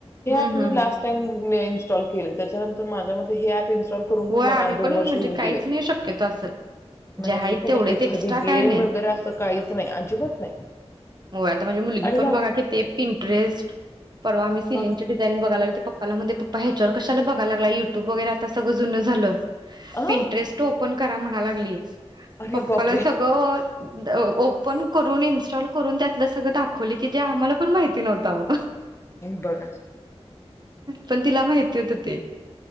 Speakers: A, on the left; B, on the right.
A: हे
B: हम्म
A: ॲप
B: हम्म.
A: लास्ट टाईम मी इन्स्टॉल केले त्याच्यानंतर माझ्या मते हे ऍप इन्स्टॉल करून
B: होय
A: पण मला
B: आम्ही
A: दोन वर्ष
B: म्हणजे
A: होऊन
B: काहीच
A: गेल्यात
B: नाही शक्यतो असं.
A: नाय
B: जे आहेत
A: मी पण
B: तेवढेच
A: एखादी
B: एक्स्ट्रा
A: गेम
B: काय नाही.
A: वगैरे असं काही नाही अजिबत नाही.
B: होय आता माझी मुलगी
A: आणि माझं
B: पण बघा की ते पेट्रिस्ट परवा मी सिलींग
A: अ,
B: चे डिझाईन बघाय ला पप्पाला म्हणते पप्पा ह्याच्यावर कशाला बघाय लागलाय युट्यूब वगैरे आता सगळं जुनं झालं.
A: आ?
B: पिंटरेस्ट ओपन कर. म्हणाय लागली.
A: अरे
B: पप्पाला
A: बापरे!
B: सगळं ओपन करून इनस्टॉल करून त्यातलं सगळं दाखवली की जे आम्हाला पण माहिती नव्हत अहो.
A: हंग बघा.
B: पण तिला माहिती होत ते.